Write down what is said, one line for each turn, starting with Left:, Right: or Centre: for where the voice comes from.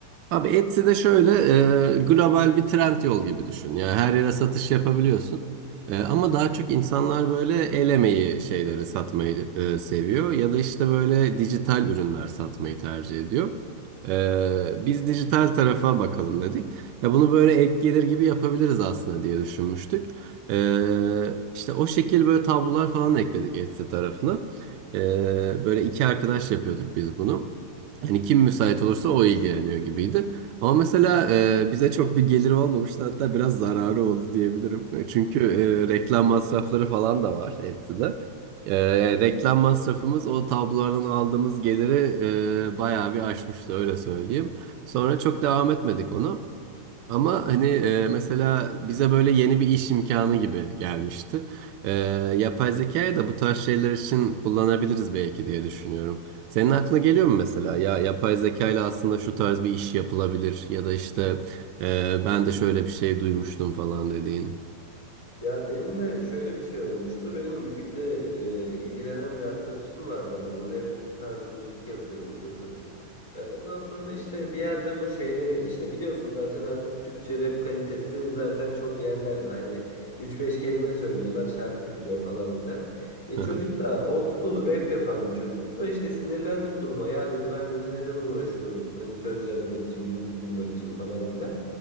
Right: Abi Etsy de şöyle e, global bir trend yol gibi düşün. Yani her yere satış yapabiliyorsun. E, ama daha çok insanlar böyle el emeği şeyleri satmayı e, seviyor. Ya da işte böyle dijital ürünler satmayı tercih ediyor. E, biz dijital tarafa bakalım dedik. Ya bunu böyle ek gelir gibi yapabiliriz aslında diye düşünmüştük. E, işte o şekil böyle tablolar falan ekledik Etsy tarafına. E, böyle iki arkadaş yapıyorduk biz bunu. Hani kim müsait olursa o ilgileniyor gibiydi. Ama mesela e, bize çok bir geliri olmamıştı hatta biraz zararı oldu diyebilirim. E, Çünkü e, reklam masrafları falan da var Etsy'de. E, yani reklam masrafımız o tablolardan aldığımız geliri e, bayağı bir aşmıştı öyle söyleyeyim. Sonra çok devam etmedik onu. Ama hani e, mesela bize böyle yeni bir iş imkanı gibi gelmişti. E, yapay zekayı da bu tarz şeyler için kullanabiliriz belki diye düşünüyorum. Senin aklına geliyor mu mesela? Ya yapay zeka ile aslında şu tarz bir iş yapılabilir ya da işte e, ben de şöyle bir şey duymuştum falan dediğin.
Left: Ya benim de şöyle bir şey olmuştu. Benim müzikle e, ilgilenen bir arkadaşım vardı abi. Bu rap tarzı müzik yapıyordu çocuk. E, ondan sonra işte bir yerde bu şeyleri işte biliyorsun zaten artık Türkçe rap kalitesi zaten çok yerlerde. Hani üç beş kelime söylüyorlar şarkı bitiyor falan filan. E,
Right: hı hı,
Left: çocuk da old school rap yapan bir çocuktu. İşte sinirlendi bu duruma. Ya dedi ben dedi neden uğraşıyorum hani söz yazmak için, müzik bulmak için falan filan.